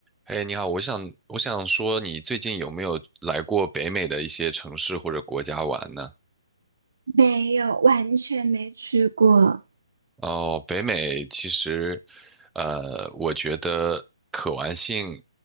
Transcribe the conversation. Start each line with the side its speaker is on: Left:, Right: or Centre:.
Centre: 嘿，你好，我想我想说，你最近有没有来过北美的一些城市或者国家玩呢？
Right: 没有，完全没去过。
Centre: 哦，北美其实，呃，我觉得可玩性